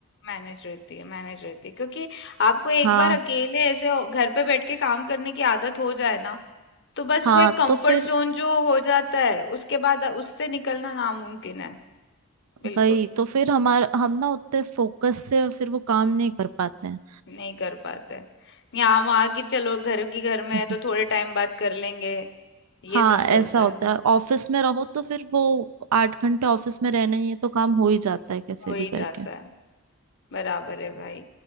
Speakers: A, on the left; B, on the right.
A: मैनेज रहती है मैनेज रहती है क्योंकि आपको एक
B: हाँ
A: बार अकेले ऐसे हो- घर पे बैठ के काम करने की आदत हो जाए ना तो बस
B: हाँ
A: वो एक कंफर्ट
B: तो फिर
A: जोन जो हो जाता है उसके बाद उससे निकलना नामुमकिन है बिल्कुल
B: वही तो फिर हमारा हम ना उतने फोकस से फिर वो काम नहीं कर पाते हैं
A: नहीं कर पाते हैं। यहाँ वहाँ की चलो घर की घर में
B: हम्म।
A: है तो थोड़े टाइम बाद कर लेंगे
B: हाँ
A: ये सब
B: ऐसा
A: चलता
B: होता
A: है
B: है ऑफिस में रहो तो फिर वो आठ घंटे ऑफिस में रहना ही है तो काम हो ही जाता है कैसे
A: हो ही
B: भी करके
A: जाता है बराबर है भाई